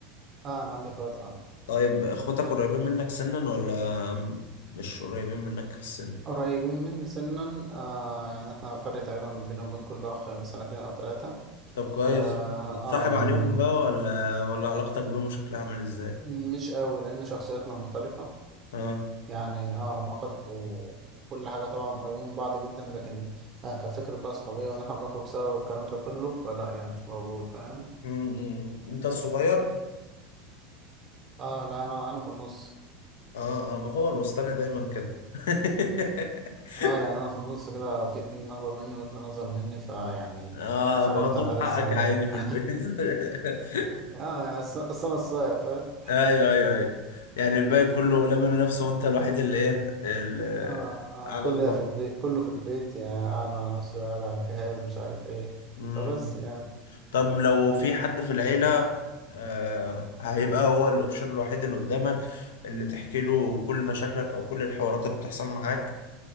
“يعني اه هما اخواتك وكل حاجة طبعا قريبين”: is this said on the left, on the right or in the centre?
Right